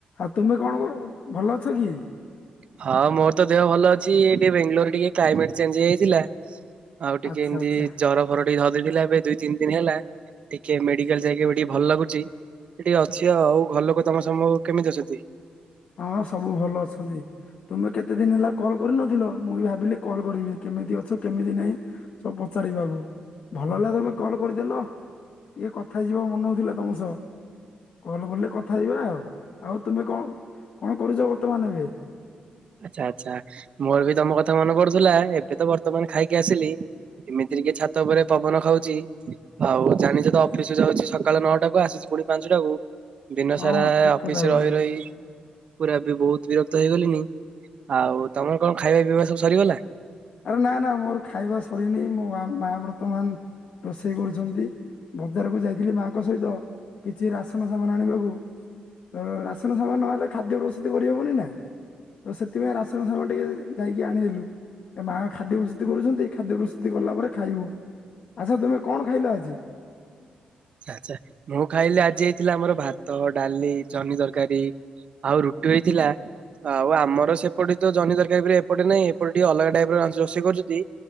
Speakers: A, on the left; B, on the right.
A: ଆଉ ତୁମେ କଣ କରୁ ଭଲ ଅଛ କି?
B: ହଁ ମୋର ତ ଦେହ ଭଲ ଅଛି ଏ ଟିକେ ବେଙ୍ଗଲୋରରେ ଟିକେ କ୍ଲାଇମେଟ୍ ଚେଞ୍ଜ ହେଇଯାଇଥିଲା। ଆଉ ଟିକେ
A: ଆଚ୍ଛା
B: ଏମିତି
A: ଆଚ୍ଛା
B: ଜର ଫର ଧରିଦେଇଥିଲା ଏବେ ଦୁଇ ତିନି ଦିନ ହେଲା ଟିକେ ମେଡିକାଲ ଯାଇକି ଏବେ ଟିକେ ଭଲ ଲାଗୁଚି। ସେ ଟିକେ ଅଛି ଆଉ ଘର ଲୋକ ତମର ସମୁ କେମିତି ଅଛନ୍ତି?
A: ହଁ ସବୁ ଭଲ ଅଛନ୍ତି। ତୁମେ କେତେ ଦିନ ହେଲା କଲ୍ କରିନଥିଲ ମୁଁ ବି ଭାବିଲି କଲ୍ କରିବି କେମିତି ଅଛ କେମିତି ନାହିଁ ସବୁ ପଚାରିବାକୁ ଭଲ ହେଲା ତମେ କଲ କରିଦେଲ। ଟିକେ କଥା ଆଜି ମୋ ମନ ହେଉଥିଲା ତମ ସହ କଲ୍ କଲେ କଥା ହେବା ଆଉ, ଆଉ ତୁମେ କଣ? କଣ କରୁଚ ବର୍ତ୍ତମାନ ଏବେ?
B: ଆଚ୍ଛା ଆଚ୍ଛା ମୋର ବି ତମ କଥା ମନେ ପଡୁଥିଲା ଏବେ ତ ବର୍ତ୍ତମାନ ଖାଇକି ଆସିଲି। ଏମିତିରେ କିଏ ଛାତ ଉପରେ ପବନ ଖାଉଚି। ଆଉ ଜାଣିଚ ତ ଅଫିସ ଯାଉଚି ସକାଳ ନଅଟା କୁ ଆସୁଚି ପୁଣି ପାଞ୍ଚଟା କୁ। ଦିନ
A: ହଁ
B: ସାରା
A: ଠିକ
B: ଅଫିସ
A: କଥା କହିଲ।
B: ରହି ରହି ପୁରା ବି ବହୁତ ବିରକ୍ତ ହେଇଗଲିଣିି। ଆଉ ତମର କଣ ଖାଇବା ପିଇବା ସବୁ ସରିଗଲା?
A: ଆରେ ନା ନା ମୋର ଖାଇବା ସରିନି ମୋ ମା ମା ବର୍ତ୍ତମାନ ରୋଷେଇ କରୁଛନ୍ତି। ବଜାରକୁ ଯାଇଥିଲି ମାଙ୍କ ସହିତ। କିଛି ରାସନ ସାମାନ ଆଣିବାକୁ। ର ରାସନ ସାମାନ ନହେଲେ ଖାଦ୍ୟ ପ୍ରସ୍ତୁତି କରିହବନି ନା। ତ ସେଥିପାଇଁ ରାସଲ ଝର ଟିକେ ଯାଇକି ଆଣିଲୁ। ଏ ମା ଖାଦ୍ୟ ପ୍ରସ୍ତୁତି କରୁଚନ୍ତି। ଖାଦ୍ୟ ପ୍ରସ୍ତୁତି କଲା ପରେ ଖାଇବୁ। ଆଚ୍ଛା ତୁମେ କଣ ଖାଇଲ ଆଜି?
B: ଆଛା ମୁଁ ଖାଇଲି ଆଜି ହେଇଥିଲା ଆମର ଭାତ ଡାଲି ଜହ୍ନୀ ତରକାରୀ। ଆଉ ରୁଟି ବି ହେଇଥିଲା। ଆଉ ଆମର ସେପଟେ ତ ଜହ୍ନି ତରକାରୀ ଏପଟେ ନାହିଁ। ଏପଟେ ଟିକେ ଅଲଗା ଟାଇପ୍ ର ରାନ୍ଧ ରୋଷେଇ କରୁଚନ୍ତି।